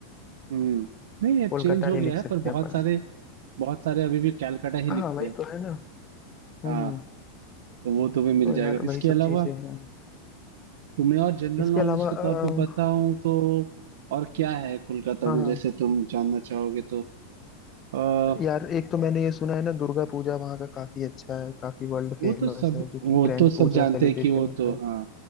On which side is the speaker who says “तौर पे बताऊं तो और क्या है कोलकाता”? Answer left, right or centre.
Right